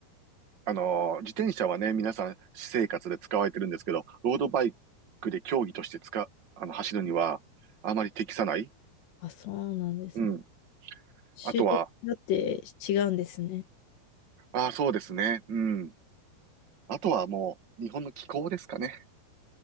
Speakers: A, on the right (about 60°); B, on the left (about 75°).
A: あの、自転車はね、皆さん、私生活で使われてるんですけど、ロードバイクで競技として使う、あの、走るには、あまり適さない。
B: あ、そうなんですね。
A: うん。あとは、
B: 種類によって違うんですね。
A: ああ、そうですね。うん。あとはもう、日本の気候ですかね。